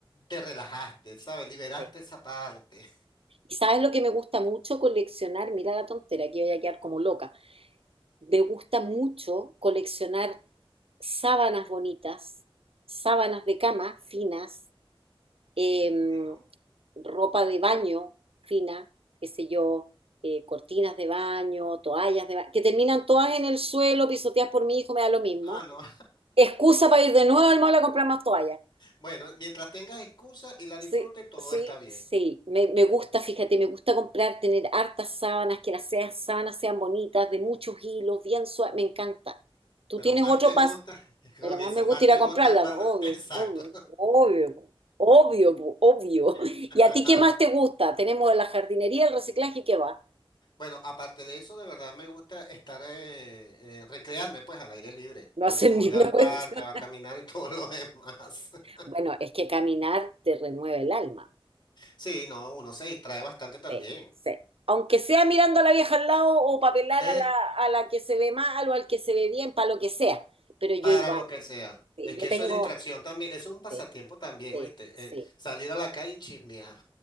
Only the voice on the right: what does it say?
Sí.
¿Y sabes lo que me gusta mucho coleccionar? Mira la tontera, que voy a quedar como loca. Me gusta mucho coleccionar sábanas bonitas, sábanas de cama finas, eh,
ropa de baño fina, qué sé yo, eh, cortinas de baño, toallas de baño, que terminan todas en el suelo, pisoteadas por mi hijo, me da lo mismo.
Excusa para ir de nuevo al mall a comprar más toallas.
Sí,
sí,
sí. Me, me gusta, fíjate, me gusta comprar, tener hartas sábanas, que las sean, sábanas sean bonitas, de muchos hilos, bien suaves. Me encanta. Tú
tienes
otro
pas,
pero
más
me
gusta
ir a
comprarla.
po, Obvio,
obvio, obvio, po, obvio, po, obvio. <laughs> ¿Y
a ti qué más te gusta? Tenemos la jardinería, el reciclaje y qué va.
No
hacen
ni una
cuestión.
Bueno, es que caminar te renueva el alma.
Sí, sí. Aunque sea mirando a la vieja al lado o papelar
a la, a la que se ve mal o al que se ve bien, para lo que sea. Pero yo
igual,
sí,
yo
tengo,
sí,
sí,
sí.